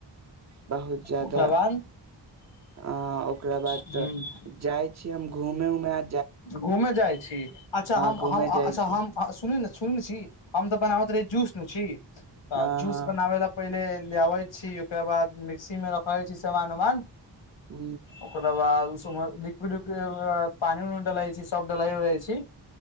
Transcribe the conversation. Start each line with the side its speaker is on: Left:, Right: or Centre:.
Right: बहुत ज्यादा
Left: ओकरा बाद
Right: अ ओकरा बाद
Left: ह
Right: जाय छी हम घूमे उमे आ
Left: घूमे जाइ छी अच्छा हम
Right: घूमे
Left: अच्छा
Right: जाइ छी
Left: हम सुनय ने सुन छी हम तऽ बनाबैत रहे जूस न छी तऽ
Right: हँ
Left: जूस
Right: हँ
Left: बनाबे लए पहिले ले आबै छी ओकरा बाद मिक्सी मे रखबै छी सामान उमान
Right: ह
Left: ओकरा बाद सु लिक्विड पानि डलै छी सब डलै उलै छी